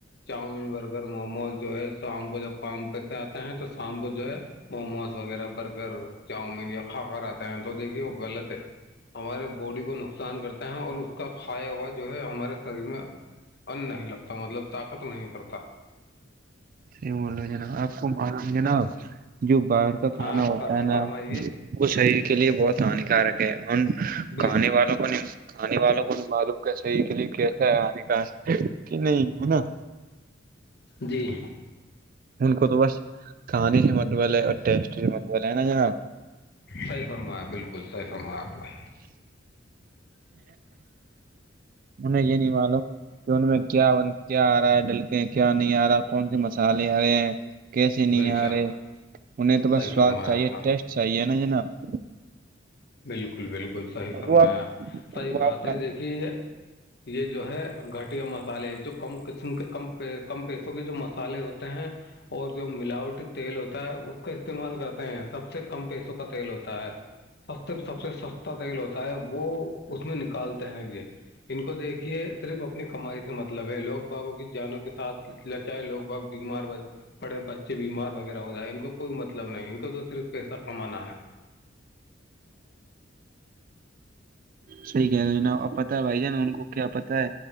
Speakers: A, on the left; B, on the right.
A: چاؤمین بر اگر موموز جو ہے شام کو جب کام پ سے آتے ہیں تو شام کو جو ہے موموز وغیرہ بر اگر چاؤ میں یا کھااک آتا ہیں تو دیکھیے وہ غلط ہے ہمارے باڈی کو نقصان کرتے ہیں اور اس کا کھایا ہوا جو ہے ہمارے شریر میں ان نہیں لگتا مطلب طاقت نہیں کرتا
B: یہ بول رہے جناب آپ کو معلوم جناب جو باہر کا کھانا
A: ہاں
B: ہوتا
A: فر
B: ہے
A: فرمائیے
B: نا وہ شریر کے لیے بہت ہانیکارک ہے ان
A: بے
B: کہاننے
A: شک
B: والوں کو آاننے والوں کو بھی معلوم کیا صحیح کے لیے کیسا ہے آنے کاار کہ نہیں ہے نا
A: جی
B: ان کو تو بس کھانانی سے متبول ہے اور ٹیسٹی سے متبول ہے نا جناب
A: صحیح فرمایا بالکل صحی فرمایا آپ نے
B: انہیں یہ نہیں معلوموم تو ان میں کیا کیا آ رہا ہے ڈلکے ہیں کیا نہیں آ رہا کون سے مسالے آ رہے ہیں کیسے نہیں
A: بے
B: آ
A: شک
B: رہے انہیں تو بس
A: صحیح
B: سواد
A: فرمایا
B: چاہیے
A: آپ نے
B: ٹیسٹ چاہیے نا جناب
A: بالکل بالکل صحیح فرمایا
B: وہ آپ
A: صحیح
B: وہ
A: بات
B: آپ کا
A: ہے دیکھیے یہ جو ہے گھٹیا مسالے جو کم قسم کے کم کم پیسوں کے جو مسالے ہو ہیں اور اور جو ملاوٹی تیل ہوتا ہے اس کا استعمال کرتے ہیں سب سے کم پیسوں کا تیل ہوتا ہے س سب سے سستا تیل ہوتا ہے وہ اس میں نکالتے ہیں یہ ان کو دیکھیے صرف اپنی کمائی سے مطلب ہے لوگ باغوں کی جانوں کے ساتھ ل چاہے لوگ بہت بیمار پڑے بچے بیمار وغیرہ ہو جائے ان کو کوئی مطلب نہیں ان کو تو صرف پیسہ کمانا ہے
B: صحی کہہ رہے ہیں نا پت ہے بھائی جان ان کو کیا پتا ہے